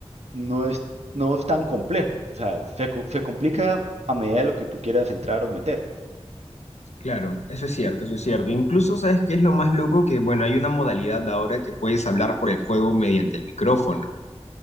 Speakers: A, on the right; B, on the left.
A: no es, no es tan complejo. O sea, se, co- se complica a medida de lo que tú quieras entrar o meter.
B: Claro, eso es cierto, eso es cierto. Incluso, ¿sabes qué es lo más loco? Que, bueno, hay una modalidad ahora que puedes hablar por el juego mediante el micrófono.